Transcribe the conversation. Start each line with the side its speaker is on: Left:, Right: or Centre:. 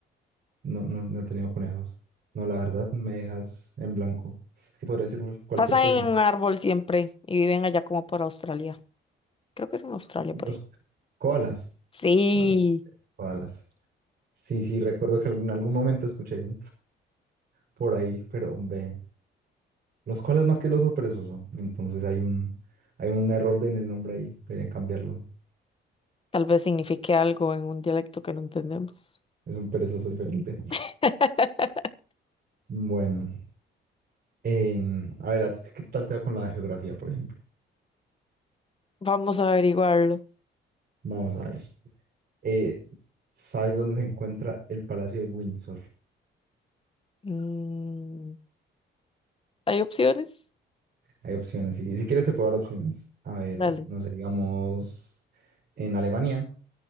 Right: No, no, no he tenido conejos. No, la verdad, me dejas en blanco. Es que podría decir cual- cualquier
Left: Pasan
Right: cosa.
Left: en un árbol siempre y viven allá como por Australia. Creo que es en Australia
Right: Los
Left: por ahí.
Right: koalas.
Left: Sí.
Right: Los koalas. Koalas. Sí, sí, recuerdo que en algún momento escuché eso por ahí, pero ve. Los koalas más que el oso perezoso. Entonces hay un, hay un error en el nombre ahí. Deberían cambiarlo.
Left: Tal vez signifique algo en un dialecto que no entendemos.
Right: Es un perezoso diferente.
Left: <laughs>
Right: Bueno, em, a ver, ¿a ti te- qué tal te va con la geografía, por ejemplo?
Left: Vamos a averiguarlo.
Right: Vamos a ver. Eh, ¿sabes dónde se encuentra el Palacio de Windsor?
Left: Mm, ¿hay opciones?
Right: Hay opciones. Si, si quieres, te puedo dar opciones. A ver,
Left: Dale.
Right: no sé, digamos en Alemania,